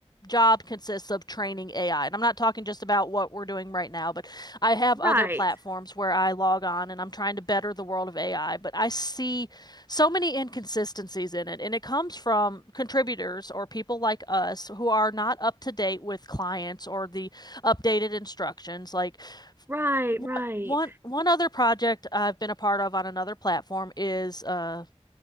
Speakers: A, on the left; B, on the right.
A: job consists of training AI. And I'm not talking just about what we're doing right now, but I have other
B: Right,
A: platforms where I log on and I'm trying to better the world of AI. But I see so many inconsistencies in it. And it comes from contributors or people like us who are not up to date with clients or the updated instructions. Like,
B: right,
A: one,
B: right,
A: one, one other project I've been a part of on another platform is uh,